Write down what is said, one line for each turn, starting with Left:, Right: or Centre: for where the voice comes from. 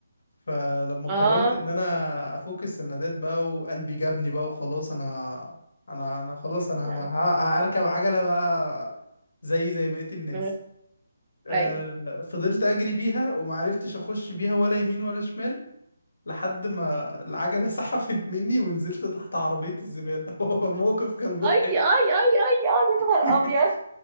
Left: فلما قررت
Right: اه
Left: ان انا افك السندات بقى وقلبي جابني بقى وخلاص انا انا انا خلاص انا
Right: لا
Left: ه- ه- هركب عجلة بقى زي زي بقية الناس
Right: أنا- بس-
Left: آه،
Right: ايوه
Left: فضلت اجري بيها ومعرفتش اخش بيها ولا يمين ولا شمال لحد ما العجلة <laughs> سحفت مني ونزلت تحت عربية الزبالة <laughs> هو الموقف كان مضحك
Right: اي اي اي اي اي يا
Left: <laughs>
Right: نهار ابيض